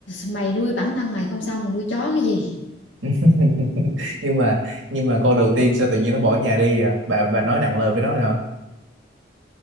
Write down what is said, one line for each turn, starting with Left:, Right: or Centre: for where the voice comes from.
Left: mày nuôi bản thân mày không xong mà nuôi chó cái gì
Right: <laughs> nhưng mà nhưng mà con đầu tiên sao tự nhiên nó bỏ nhà đi à bà bà nói nặng lời với nó rồi hả?